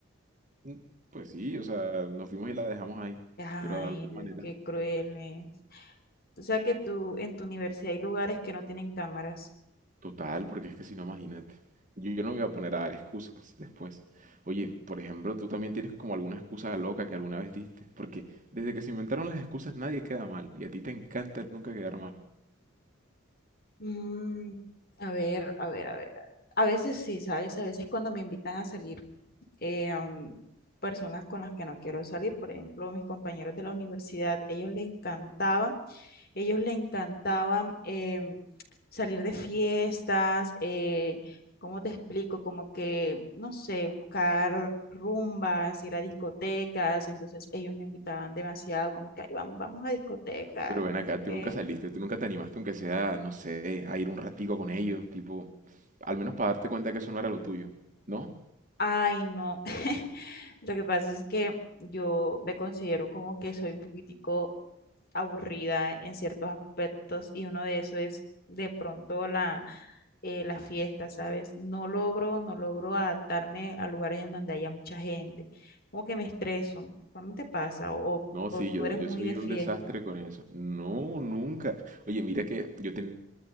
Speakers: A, on the right; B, on the left.
A: Mm, Pues sí, o sea, nos fuimos y la dejamos ahí,
B: Ay,
A: pero de alguna manera,
B: uy, qué crueles. O sea que tú, en tu universidad hay lugares que no tienen cámaras.
A: total, porque es que si no, imagínate, yo, yo no me voy a poner a dar excusas después. Oye, por ejemplo, tú también tienes como alguna excusa loca que alguna vez diste, porque desde que se inventaron las excusas nadie queda mal y a ti te encanta nunca quedar mal.
B: Mm, a ver, a ver, a ver. A veces sí, ¿sabes? A veces cuando me invitan a salir, eh, am, personas con las que no quiero salir, por ejemplo, mis compañeros de la universidad, ellos les encantaba, ellos le encantaban em, salir de fiestas, eh, ¿cómo te explico? Como que, no sé, buscar rumbas, ir a discotecas, entonces ellos me invitaban demasiado, como que, ay, vamos, vamos a discoteca,
A: Pero ven
B: que
A: acá,
B: no sé
A: tú
B: qué.
A: nunca saliste, tú nunca te animaste, aunque sea, no sé, a ir un ratico con ellos, tipo, al menos para darte cuenta que eso no era lo tuyo, ¿no?
B: Ay, no. <laughs> Lo que pasa es que yo me considero como que soy un poquitico aburrida en ciertos aspectos y uno de eso es de pronto la, eh, la fiesta, ¿sabes? No logro, no logro adaptarme a lugares en donde haya mucha gente. Como que me estreso. ¿Cómo te pasa? O,
A: No,
B: o
A: sí,
B: tú
A: yo,
B: eres
A: yo
B: muy
A: soy
B: de fiesta.
A: un desastre con eso. No, nunca. Oye, mira que yo tenía